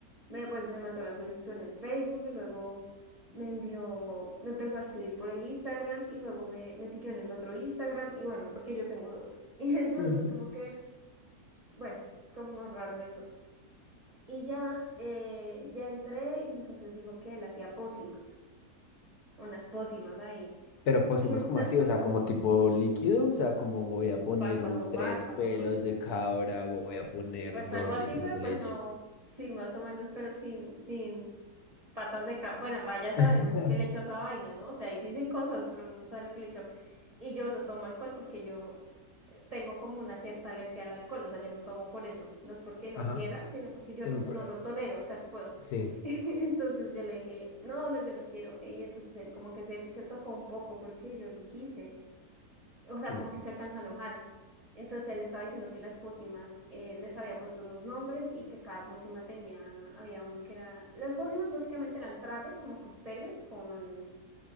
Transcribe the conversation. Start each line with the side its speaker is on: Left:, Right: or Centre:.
Right: me, pues me mandó la solicitud en el Facebook y luego me envió, me empezó a escribir por el Instagram y luego me, me siguió en el otro Instagram. Y bueno, porque yo tengo dos. <laughs> Y entonces,
Left: Ujú.
Right: como que, bueno, como raro eso. Y ya, eh, ya entré y entonces dijo que él hacía pócimas, unas pócimas ahí.
Left: Pero pues
Right: Y
Left: sí, más
Right: entonces,
Left: como así, o sea, como tipo líquido, o sea, como voy a poner
Right: para
Left: un
Right: tomar,
Left: tres
Right: para
Left: pelos
Right: tomar.
Left: de cabra, voy a poner
Right: Pues
Left: dos
Right: algo
Left: litros
Right: así, pero
Left: de
Right: pues
Left: leche.
Right: no, sí, más o menos, pero sin, sin patas de cabra. Bueno, vaya a saber
Left: <laughs>
Right: uno qué le echó a esa vaina, ¿no? O sea, ahí dicen cosas, pero uno no sabe lo que le echó. Y yo no tomo alcohol porque yo eh, tengo como una cierta alergia al alcohol, o sea, yo no tomo por eso. No es porque no
Left: Ajá.
Right: quiera, sino porque yo
Left: Sí.
Right: no,
Left: no,
Right: no
Left: pero-
Right: lo tolero, o sea, no puedo.
Left: sí,
Right: <laughs> Entonces yo le dije, no, no, yo no quiero. Y entonces él como que se, se tocó un poco porque yo no quise. O sea,
Left: no.
Right: como que se alcanzó a enojar. Entonces él estaba diciendo que las pócimas eh, les había puesto unos nombres y que cada pócima tenía, había uno que era, las pócimas básicamente eran tragos como cócteles con,